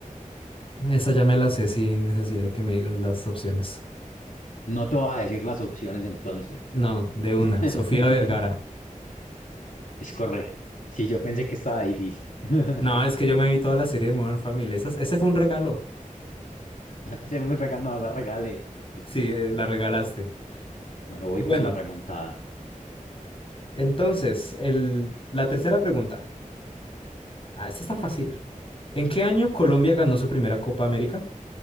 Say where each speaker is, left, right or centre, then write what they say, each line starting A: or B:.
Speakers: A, on the left; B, on the left.
A: Esa ya me la sé sin necesidad de que me digas las opciones.
B: No te voy a decir las opciones entonces.
A: No, de una,
B: <laughs>
A: Sofía Vergara.
B: Es correcto. Sí, yo pensé que estaba difícil. <laughs>
A: No, es que yo me vi toda la serie de Modern Family. Esas- ese fue un regalo.
B: Se fue un regalo, no, la regalé.
A: Sí, eh, la
B: Bueno,
A: regalaste.
B: bueno, voy
A: Bueno,
B: por la remontada.
A: entonces, el, la tercera pregunta. Ah, esta está fácil. ¿En qué año Colombia ganó su primera Copa América?